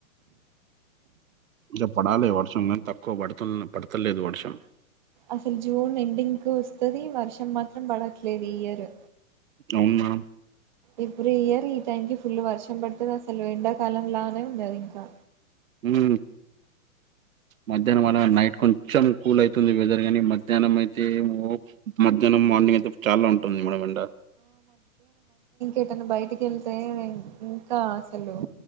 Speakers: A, on the right; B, on the right.
A: ఇంకా పడాలి వర్షం కానీ తక్కువ పడుతు పడతలేదు వర్షం
B: అసలు జూన్ ఎండింగ్ కు వస్తది వర్షం మాత్రం పడట్లేదు ఈ ఇయరు
A: అవును మేడం
B: ఇప్పుడు ఇయర్ ఈ టైంకిి ఫుల్ వర్షం పడుతది అసలు ఎండాకాలం లానే ఉండది ఇంకా
A: ఉ మధ్యాహ్నం వన
B: అస్
A: నైట్ కొంచెం కూల్ అయితది వెదర్ ని మధ్యాహ్నం అయితే మో మధ్యాహ్నం మార్నింగ్ అయితే చాలా ఉంటుంది మేడం ఎండా
B: ఎటన్న బయటికి వెళ్తే ఇంకా అసలు